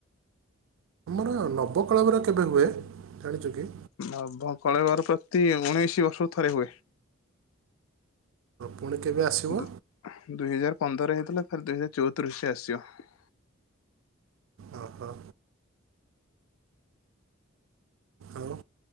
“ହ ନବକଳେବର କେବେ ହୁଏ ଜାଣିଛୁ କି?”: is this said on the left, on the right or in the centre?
Right